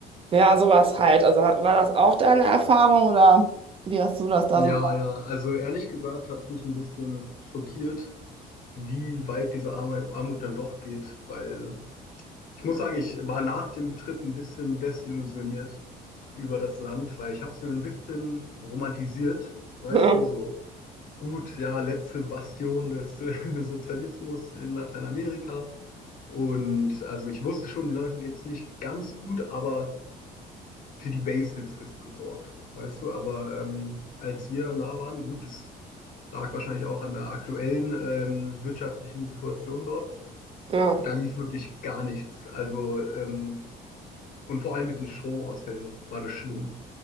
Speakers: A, on the right (about 35°); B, on the left (about 55°).
A: Ja, sowas halt. Also war das auch deine Erfahrung oder wie hast du das da
B: Ja,
A: so?
B: ja, also ehrlich gesagt hat es mich ein bisschen schockiert, wie weit diese Arme, Armut dann doch geht, weil ich muss sagen, ich war nach dem Trip ein bisschen desillusioniert über das Land, weil ich habe es mir ein bisschen romantisiert, weißt
A: <laughs>
B: du, so. Gut, ja, letzte Bastion des <laughs> äh, Sozialismus in Lateinamerika. Und also ich wusste schon, den Leuten geht's nicht ganz gut, aber für die Basics ist gesorgt, weißt du. Aber ähm, als wir dann da waren, gut, das lag wahrscheinlich auch an der aktuellen ähm, wirtschaftlichen Situation dort.
A: Ja,
B: Da lief wirklich gar nichts. Also ähm, und vor allem mit den Stromausfällen war das schlimm.